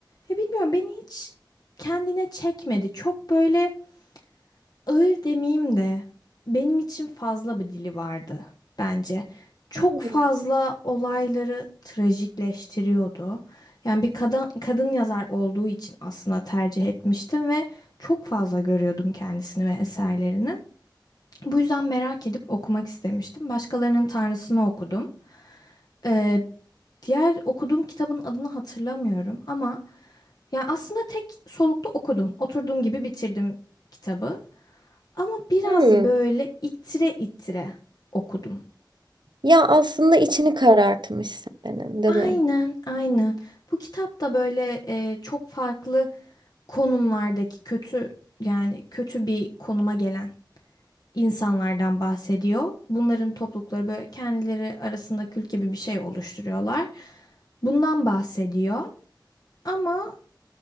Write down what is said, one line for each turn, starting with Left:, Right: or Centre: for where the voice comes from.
Left: ya bilmiyorum beni hiç kendine çekmedi. Çok böyle Ağır demeyeyim de benim için fazla bir dili vardı bence. Çok
Right: Hmm.
Left: fazla olayları trajikleştiriyordu. Yani bir kadın kadın yazar olduğu için aslında tercih etmiştim ve çok fazla görüyordum kendisini ve eserlerini. Bu yüzden merak edip okumak istemiştim. Başkalarının Tanrısını okudum. Ee, diğer okuduğum kitabın adını hatırlamıyorum ama yani aslında tek solukta okudum. Oturduğum gibi bitirdim kitabı. Ama biraz
Right: Hmm.
Left: böyle itire itire okudum.
Right: Ya aslında içini karartmış senin, değil
Left: Aynen,
Right: mi?
Left: aynen. Bu kitap da böyle e, çok farklı konumlardaki kötü yani kötü bir konuma gelen insanlardan bahsediyor. Bunların toplulukları böyle kendileri arasında kült gibi bir şey oluşturuyorlar. Bundan bahsediyor. Ama